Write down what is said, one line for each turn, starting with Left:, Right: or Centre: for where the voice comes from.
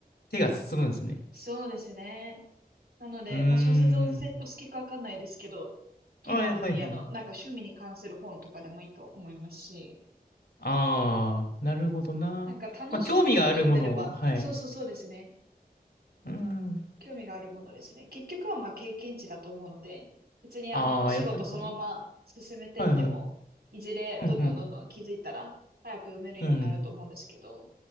Left: 手が進むんですね。
Right: そうですね。なので、
Left: うーん。
Right: まあ、小説をおせ、お好きかわかんないですけど、好きな分野の、
Left: あえはい、はい。
Right: なんか趣味に関する本とかでもいいと思いますし、
Left: ああ、なるほどな。
Right: なんか楽しく読んでれば、
Left: まあ、興味があるものを、はい。
Right: そうそうそうですね。
Left: うーん。
Right: 興味があるものですね。結局はまあ経験値だと思うので、別にあの、
Left: ああ、
Right: お仕事そのまま進めてっても、
Left: やっぱりか。はいはい。
Right: いずれどんどんどんどん気づいたら、
Left: うんうん。
Right: 早く読めるようになると思うんですけど、
Left: うん。